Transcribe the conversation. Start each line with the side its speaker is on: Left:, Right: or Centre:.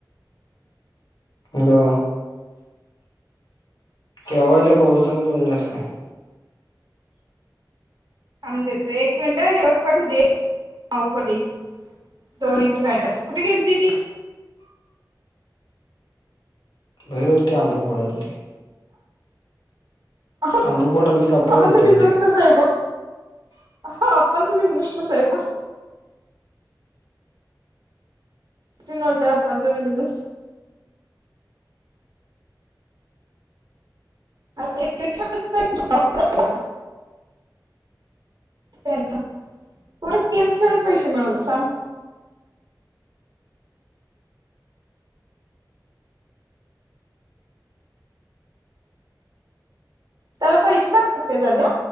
Left: हॅलो. थेवायलासंग बोलणार आहेस काय?
Right: थांब देतो एक मिनिटं ह्यो कट होऊ दे <inaudible> दे. दोन मिनिटं व्हायचायत, कुठे गेलती ती?
Left: बाहेर होती आंब फोडालती.
Right: आपण
Left: आंबा फोडालती तेव्हा पाहत
Right: सगळी
Left: होतो
Right: जास्त
Left: ते.
Right: आहे बग आप्पांचा बिझनेस कसाय बघ. ची नोट आहे अप्पांचा बिझनेस. <inaudible> <unintelligible> गेम खेळून पैसे मिळवत सांग त्याला पैसे लागतात का दादा?